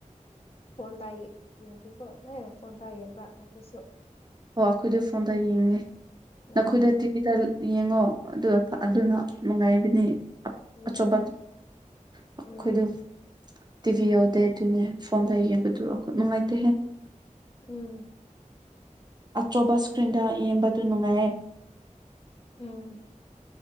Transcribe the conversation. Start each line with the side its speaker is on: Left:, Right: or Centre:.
Left: ꯐꯣꯟꯟꯒꯤ ꯌꯦꯡꯦꯀꯣ ꯑꯦ ꯐꯣꯟ ꯇꯥꯏ ꯌꯦꯡꯕ꯭ꯔ ꯅꯈꯣꯏꯁꯨ
Right: ꯑꯣ ꯑꯩꯈꯣꯏꯗꯤ ꯐꯣꯟꯗ ꯌꯦꯡꯉꯦ
Left: ꯑꯣ
Right: ꯅꯈꯣꯏꯗ ꯇꯤꯚꯗ ꯌꯦꯡꯉꯣ ꯑꯗꯨ ꯑꯗꯨꯅ ꯅꯨꯡꯉꯥꯏꯕꯅꯤ
Left: ꯎꯝ
Right: ꯑꯆꯧꯕ ꯀꯣꯈꯣꯏꯗ
Left: ꯎꯝ
Right: ꯇꯤꯚꯤ ꯌꯥꯎꯗꯦ ꯑꯗꯨꯅꯦ ꯐꯣꯟꯗ ꯌꯦꯡꯕꯗꯨꯈ ꯅꯨꯡꯉꯥꯏꯇꯦꯍꯦ
Left: ꯎꯝ
Right: ꯑꯆꯧꯕ ꯏꯁꯀ꯭ꯔꯤꯟꯗ ꯌꯦꯡꯕꯗꯨ ꯅꯨꯡꯉꯥꯏꯌꯦ
Left: ꯎꯝ